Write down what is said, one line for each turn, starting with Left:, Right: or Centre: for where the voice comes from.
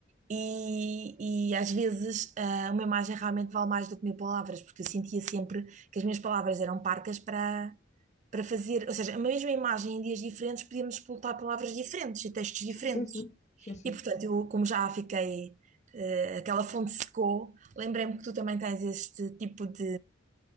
Right: E, e às vezes ah, uma imagem realmente vale mais do que mil palavras, porque eu sentia sempre que as minhas palavras eram parcas para, para fazer, ou seja, a mesma imagem em dias diferentes podíamos explotar palavras diferentes e textos
Left: sim,
Right: diferentes.
Left: sim, sim. Sim, sim.
Right: E portanto, eu, como já fiquei, eh, aquela fonte secou, lembrei-me que tu também tens este tipo de,